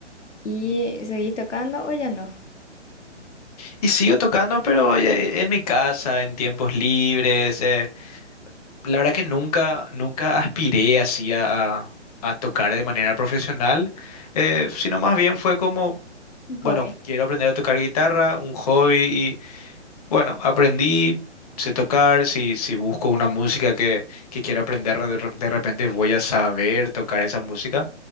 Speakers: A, on the left (about 75°); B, on the left (about 30°).
A: ¿Y seguís tocando o ya no?
B: Y sigo tocando, pero eh, en mi casa, en tiempos libres. eh, la verdad que nunca, nunca aspiré así a, a- a tocar de manera profesional, eh, sino más bien fue como,
A: Un
B: bueno,
A: hobby,
B: quiero aprender a tocar guitarra, un hobby, y bueno, aprendí. sé tocar, si, si busco una música que, que quiero aprender, de re- de repente voy a saber tocar esa música.